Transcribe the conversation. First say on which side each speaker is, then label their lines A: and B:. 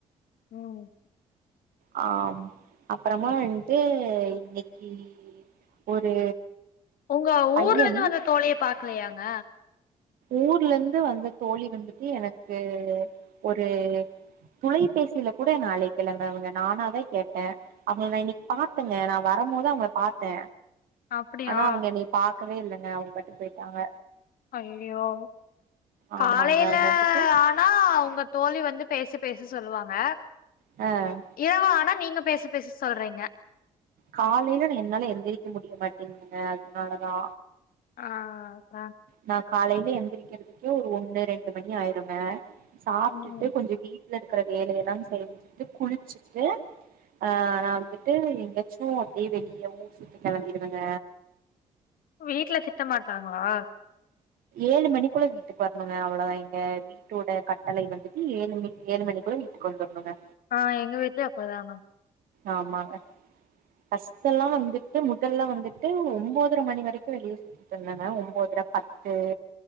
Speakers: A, on the left (about 70°); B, on the right (about 75°).
A: ம்
B: ஆ அப்றமா வன்ட்டு இன்னிக்கி ஒரு
A: ஒங்க
B: பையன்
A: ஊர்ல இருந்து வந்த தோழிய பாக்கலையாங்க
B: ஊர்ல இருந்து வந்த தோழி வந்துட்டு எனக்கு ஒரு தொலைபேசில கூட என்ன அழைக்கலங்க அவங்க நானாதா கேட்ட அவங்கள நா இன்னிக்கு பாத்தங்க நா வரும்போது அவங்கள பாத்த
A: அப்டியா
B: ஆனா அவங்க என்னைய பாக்கவே இல்லங்க அவங்க பாட்டு போய்ட்டாங்க
A: ஐயோ காலையில
B: ஆமாங்க அவங்க வந்துட்டு
A: ஆனா அவுங்க தோழி வந்து பேசு பேசு சொல்லுவாங்க
B: அ
A: இரவு ஆனா நீங்க பேசு பேசு சொல்றீங்க
B: காலைல என்னால எந்திரிக்க முடிய மாட்டேங்குதுங்க அதனாலதா
A: ஆ அ த
B: நா காலைல எந்திரிக்கிறதுக்கே ஒரு ஒண்ணு ரெண்டு மணி ஆயிருங்க சாப்ட்டுட்டு
A: ம்
B: கொஞ்ச வீட் ல இருக்கற வேலையெல்லா செஞ்சுட்டு குளிச்சுட்டு ஆ நா வந்துட்டு எங்காச்சு அப்டியே வெளிய ஊர் சுத்தி கெளம்பிருவங்க
A: வீட்ல திட்ட மாட்டாங்களா
B: ஏழு மணிக்குள்ள வீட்டுக்கு வரணுங்க அவ்ளோதா இங்க வீட்டோட கட்டளை வந்துட்டு ஏழு மணி ஏழு மணிக்குள்ள வீட்டுக்கு வந்தருணுங்க
A: ஆ எங்க வீட்லயு அப்படிதாங்க
B: ஆமாங்க ஃபர்ஸ்ட் எல்லா வந்துட்டு முதல்ல வந்துட்டு ஒன்ம்பதர மணி வரைக்கு வெளிய சுத்தனங்க ஒன்போதர பத்து